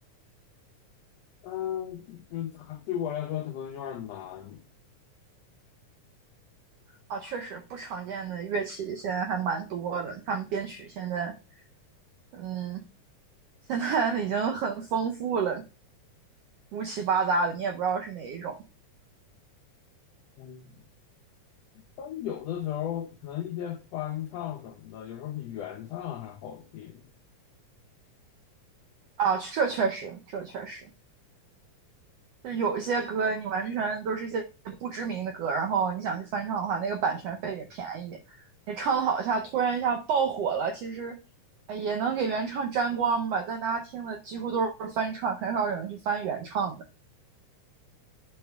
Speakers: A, on the left; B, on the right.
A: 嗯，就它对我来说它可能有点难。
B: 啊，确实不常见的乐器现在还蛮多的，他们编曲现在，嗯，现在已经很丰富了，乌七八杂的，你也不知道是哪一种
A: 嗯，但有的时候可能一些翻唱什么的，有时候比原唱还好听。
B: 啊。这确实，这确实。就有一些歌你完全都是一些不知名的歌，然后你想去翻唱的话，那个版权费也便宜。你唱的好一下，突然一下爆火了，其实哎也能给原唱沾光吧，但大家听的几乎都是翻唱，很少有人去翻原唱的。